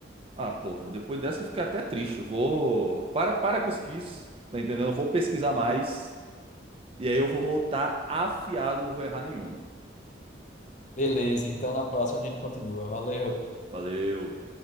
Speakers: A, on the right (about 30°); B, on the left (about 40°).
A: Ah, porra, depois dessa eu fiquei até triste. Eu vou. Para, para com isso, que isso, tá entendendo? Eu vou pesquisar mais. E aí eu vou voltar afiado, não vou errar nenhuma.
B: Beleza, então na próxima a gente continua. Valeu.
A: Valeu.